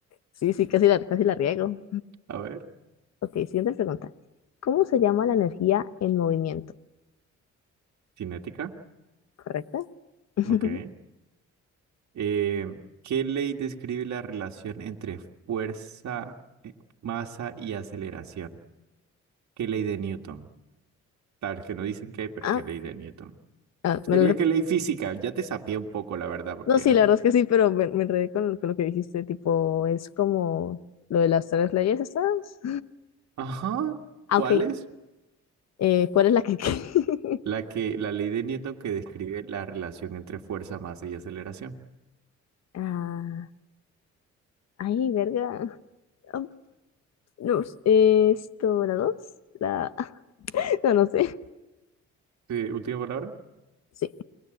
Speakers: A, on the left; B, on the right.
A: Sí, sí, casi la, casi la riego.
B: A ver,
A: Ok, siguiente pregunta. ¿Cómo se llama la energía en movimiento?
B: cinética.
A: ¿correcto? <laughs>
B: Ok. Eh, ¿qué ley describe la relación entre fuerza, eh, masa y aceleración? ¿Qué ley de Newton? Tal vez que no dicen qué, pero
A: Ah,
B: ¿qué ley de Newton?
A: ah, me
B: Sería
A: lo re-
B: que ley física, ya te sapié un poco, la verdad, porque
A: No, sí,
B: eran.
A: la verdad es que sí, pero me, me enredé con, lo con lo que dijiste, tipo, es como lo de las tres leyes estas.
B: Ajá,
A: Ah,
B: ¿cuál
A: ok.
B: es?
A: Eh, ¿cuál es la que... <laughs>
B: La que, la ley de Newton que describe la relación entre fuerza, masa y aceleración.
A: Ah, ay, verga. Ah, no, eh, esto, la dos, la... <laughs> No, no sé.
B: Sí, última palabra.
A: Sí,